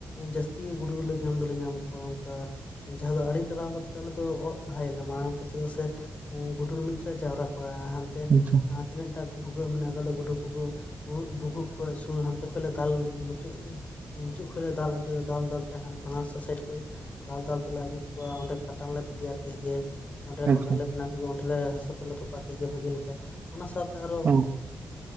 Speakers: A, on the left; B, on the right.
A: ᱡᱟᱹᱥ ᱛᱤ ᱜᱮ ᱜᱩᱰᱩ ᱫᱚᱞᱮ ᱧᱟᱢ ᱫᱚᱞᱮ ᱧᱟᱢ ᱠᱚᱣᱟ, ᱚᱱᱠᱟ ᱡᱟᱦᱟᱸ ᱫᱚ ᱟᱹᱲᱮ ᱛᱟᱲᱟᱣ ᱠᱟᱛᱮ ᱟᱞᱮ ᱫᱚ ᱚᱸᱜᱽ ᱞᱟᱦᱟᱭᱟᱞᱮ ᱢᱟᱲᱟᱝ ᱛᱮ ᱪᱮᱫᱟᱜ ᱥᱮ ᱜᱩᱰᱩ ᱫᱚ ᱢᱤᱫᱴᱮᱱ ᱞᱮ ᱡᱟᱣᱨᱟ ᱠᱚᱭᱟ ᱦᱟᱱ ᱛᱮ
B: ᱟᱪᱪᱷᱟ
A: ᱡᱟᱦᱟᱸ ᱛᱤᱱᱟᱹᱜ ᱴᱟᱜ ᱵᱷᱩᱜᱟᱹᱜ ᱢᱮᱱᱟᱜ ᱟᱠᱟᱫᱟ ᱜᱩᱰᱩ ᱠᱚᱠᱚ ᱩᱱᱟᱹᱜ ᱵᱷᱩᱜᱟᱹᱜ ᱠᱷᱚᱡ ᱥᱩ ᱯᱩᱨᱟᱹ ᱦᱟᱱᱛᱮ ᱠᱷᱚᱡ ᱞᱮ ᱫᱟᱞ ᱢᱩᱪᱟᱹᱫᱟ᱾ ᱢᱩᱪᱟᱹᱫ ᱠᱷᱚᱡ ᱞᱮ ᱫᱟᱞ ᱟᱹᱜᱩᱭᱟ ᱫᱟᱞ ᱫᱟᱞ ᱛᱮ ᱦᱟᱸᱜ ᱵᱟᱱᱟᱨ ᱥᱮᱫ ᱥᱟᱭᱤᱰ ᱠᱷᱚᱡ ᱫᱟᱞ ᱫᱟᱞ ᱛᱮᱞᱮ ᱟᱹᱜᱩ ᱠᱚᱣᱟ ᱚᱸᱰᱮ ᱠᱟᱴᱟᱱ ᱞᱮ ᱛᱮᱭᱟᱨ ᱠᱮᱫ ᱜᱮ ᱚᱸᱰᱮ
B: ᱟᱪᱪᱷᱟ
A: ᱠᱟᱴᱟᱱ ᱞᱮ ᱵᱮᱱᱟᱣ ᱚᱸᱰᱮ ᱞᱮ ᱦᱟᱥᱟ ᱛᱮᱞᱮ ᱛᱚᱯᱟ ᱠᱮᱫ ᱜᱮ ᱵᱷᱟᱜᱤ ᱞᱮᱠᱟ ᱚᱱᱟ ᱥᱟᱶᱛᱮ ᱟᱨᱚ
B: ᱚ